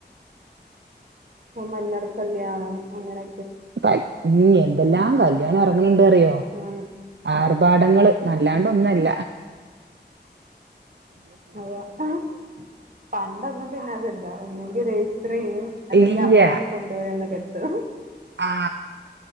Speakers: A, on the right; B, on the right.
A: മഞ്ഞൾ കല്യാണം അങ്ങനെ
B: ന എന്തെല്ലാം കല് ല്ല്യാണ എർങ്ങ്ണ്ണ്ട് എന്താറിയോ
A: ആണ്
B: ആർഭാടങ്ങള് നല്ലാണ്ട് ഒന്നല്ല
A: അതോ ആ പണ്ടൊന്നും പിന്നെ അതല്ല ഒന്നെങ്കിൽ രജിസ്റ്റർയ്യും അല്ലെങ്കി
B: ഇല്ല
A: അമ്പലത്തിൽ കൊണ്ടു പോയി ഒന്ന് കെട്ട ആ
B: ആ